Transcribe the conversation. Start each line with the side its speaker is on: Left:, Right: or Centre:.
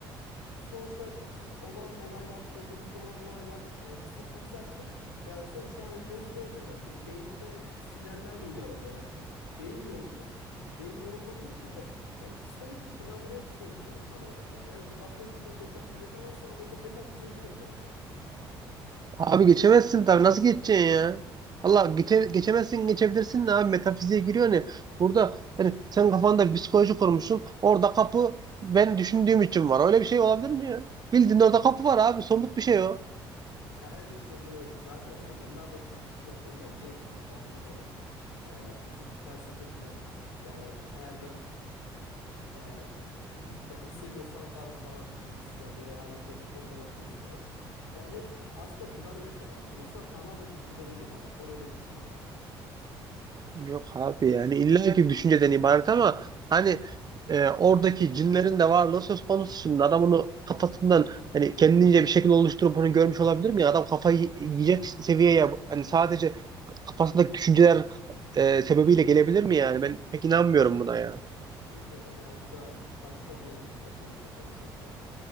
Left: sonuçta bütün olan olaylar, çevremizde olan olaylar, e, hissettiğimiz her şey yani sonuçta hani göz görmüyor bence. Hani beyinde sinyallerle uyarılıyor her şey. Beyin yorumluyor çünkü. Beyin yorumladığı için de yani psikoloji işte ben buraya psikoloji diyorum tam olarak yani. Yani işte kapının içinden geçersin geçemezsin o meta- metafiziğe giriyor biraz yani.
Right: Abi geçemezsin tabii nasıl geçeceksin ya? Allah geçe, geçemezsin geçebilirsin de abi metafiziğe giriyor ne? Burada hani sen kafanda bir psikoloji kurmuşsun orada kapı ben düşündüğüm için var. Öyle bir şey olabilir mi ya? Bildiğin orada kapı var abi somut bir şey o.
Left: Ya Emre işte bu zaten yani yıllardır tartışılan konu da bu değil mi yani? Baktığın zaman e, bütün felsefeciler yani eğer ben e, his- ya hissediyorsam varım falan gibisinden böyle hani metaforlar ortaya sürüyorlar. Ya hep aslında bunların eseri yani. İnsan tamamen düşünceden ibaret. Ben öyle düşünüyorum yani.
Right: Yok abi yani illaki düşünceden ibaret ama hani e, oradaki cinlerin de varlığı söz konusu şimdi adam onu kafasından hani kendince bir şekil oluşturup bunu görmüş olabilir mi adam kafayı y- yiyecek seviyeye hani sadece kafasındaki düşünceler e, sebebiyle gelebilir mi yani ben pek inanmıyorum buna ya.
Left: Bilmiyorum yani bu da başka bir şeyimizin konusu olsun Emre.